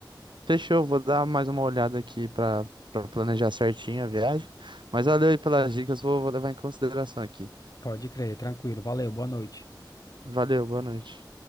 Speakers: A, on the right; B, on the left.
A: Fechou, vou dar mais uma olhada aqui pra pra planejar certinho a viagem. Mas valeu aí pelas dicas, vou, vou levar em consideração aqui.
B: Pode crer, tranquilo. Valeu, boa noite.
A: Valeu, boa noite.